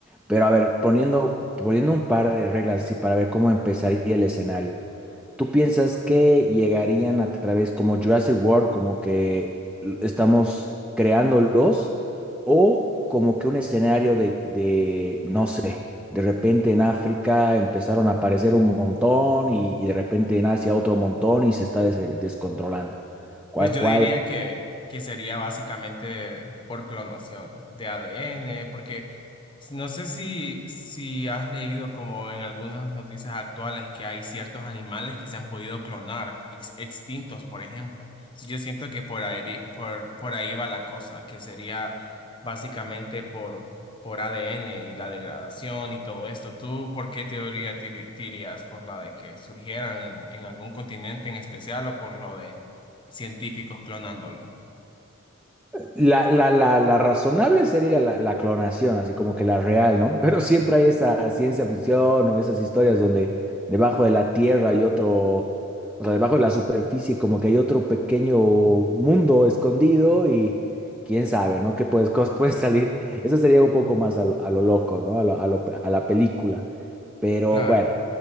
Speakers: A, in the centre; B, on the left.
A: Pero a ver, poniendo, poniendo un par de reglas así para ver cómo empezaría el escenario. ¿Tú piensas que llegarían a través como Jurassic World, como que l- estamos creándolos, o como que un escenario de, de, no sé, de repente en África empezaron a aparecer un montón y, y de repente en Asia otro montón y se está des- descontrolando? ¿Cuál,
B: Pues yo
A: cuál
B: diría que, que sería básicamente por clonación de ADN, porque no sé si, si has leído como en algunas noticias actuales que hay ciertos animales que se han podido clonar, ex- extintos, por ejemplo. Entonces, Yo siento que por ahí, por, por ahí va la cosa, que sería básicamente por, por ADN y la degradación y todo esto. ¿Tú por qué teoría te, te irías? ¿Por la de que surgieran en, en algún continente en especial o por lo de científicos clonándolo.
A: La, la, la, la razonable sería la, la clonación, así como que la real, ¿no? Pero siempre hay esa ciencia ficción o esas historias donde debajo de la tierra hay otro, o sea, debajo de la superficie como que hay otro pequeño mundo escondido y quién sabe, ¿no? ¿Qué puedes, cosas pueden salir? Eso sería un poco más a lo, a lo loco, ¿no? A lo- a lo- a la película. Pero
B: Claro.
A: bueno,